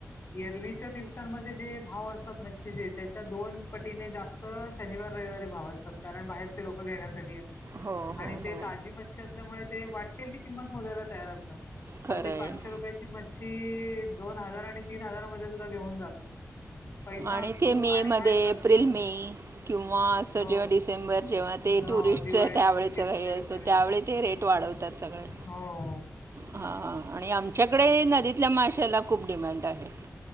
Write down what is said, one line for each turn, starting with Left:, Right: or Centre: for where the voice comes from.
Left: येरवीच्या दिवसांमध्ये जे भाव असतात मच्छीचेे तर दोन पटीने जास्त शनिवार, रविवारी भाव असतात कारण बाहेरचे लोक घेण्यासाठी येतात.
Right: हो हो
Left: आणि ते
Right: हो
Left: ताजी मच्छी असल्यामुळे ते वाटेल ती किंमत मोजायला तयार असतात.
Right: खरं
Left: अगदी
Right: आहे
Left: पाचशे रुपयाची मच्छी दोन हजार आणि तीन हजार मध्ये सुद्धा घेऊन जातात. पैसा
Right: आणि
Left: असतो
Right: मेमध्ये
Left: आणि खायचं
Right: ते एप्रिल,
Left: असतं
Right: मे किंवा असं
Left: हो
Right: जेव्हा डिसेंबर जेव्हा ते
Left: हो
Right: टुरिस्ट
Left: दिवाळीच्या
Right: त्यावेळेच
Left: सुट्टीमध्ये
Right: घाई
Left: वगैरे
Right: असतो त्यावेळी ते रेट वाढवतात. त्यांच्याकड हाय.
Left: हो.
Right: हां आणि आमच्याकडे नदीतल्या माशाला खूप डिमांड आहे.